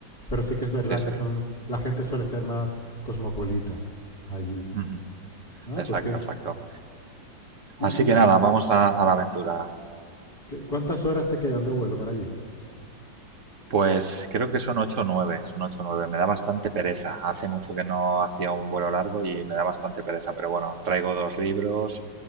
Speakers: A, on the left; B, on the right.
A: Pero sí que es verdad
B: Sí, sí.
A: que son, la gente suele ser más cosmopolita allí.
B: Ujú.
A: Ah,
B: Exacto,
A: pues ¿qué,
B: exacto.
A: y,
B: Así que nada,
A: y,
B: vamos a, a la aventura.
A: qué- ¿cuántas horas te quedan de vuelo para allí?
B: Pues creo que son 8 o 9, son 8 o 9. Me da bastante pereza. Hace mucho que no hacía un vuelo largo y me da bastante pereza, pero bueno, traigo dos libros,